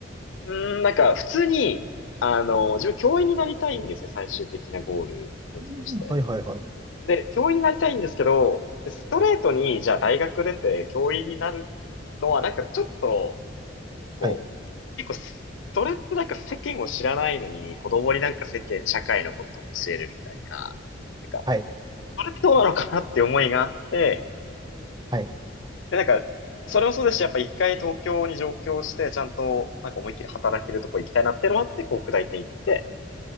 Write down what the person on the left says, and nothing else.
うーん、なんか、普通に、あの、自分教員になりたいんですね、最終的なゴールポイントとして。
で、教員になりたいんですけど、ストレートに、じゃあ大学出て教員になるのは、なんかちょっと、こう、
結構す、それってなんか世間を知らないのに、子供になんか世間、社会のことを教えるみたいな、なんか、
それってどうなのかなって思いがあって、
で、なんか、それもそうですし、やっぱ一回東京に上京して、ちゃんと、なんか思いっきり働けるとこ行きたいなっていうのもあって、こう、北大って行って、